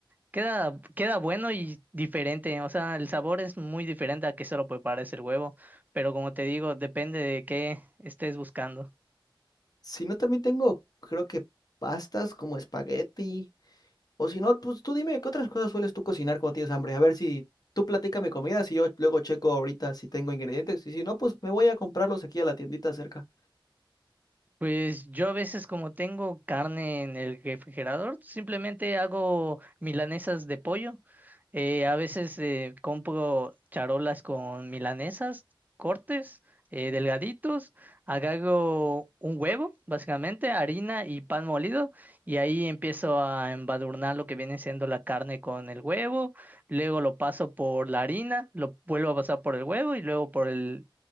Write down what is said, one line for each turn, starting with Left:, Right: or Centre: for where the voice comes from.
Right: Queda, queda bueno y diferente, o sea, el sabor es muy diferente a que solo prepares el huevo, pero como te digo, depende de qué estés buscando.
Left: Si no, también tengo, creo que pastas como espagueti. O si no, pues tú dime, ¿qué otras cosas sueles tú cocinar cuando tienes hambre? A ver si tú platícame comidas y yo luego checo ahorita si tengo ingredientes. Y si no, pues me voy a comprarlos aquí a la tiendita cerca.
Right: Pues yo a veces como tengo carne en el refrigerador, simplemente hago milanesas de pollo. Eh, a veces eh, compro charolas con milanesas, cortes eh, delgaditos, agarro un huevo, básicamente, harina y pan molido, y ahí empiezo a embadurnar lo que viene siendo la carne con el huevo, luego lo paso por la harina, lo vuelvo a pasar por el huevo y luego por el